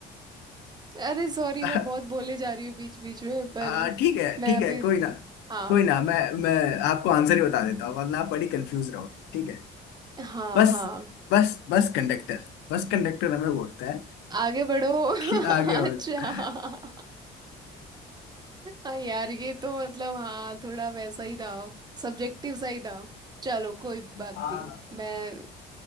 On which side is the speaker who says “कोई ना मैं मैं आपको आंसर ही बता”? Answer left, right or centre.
Left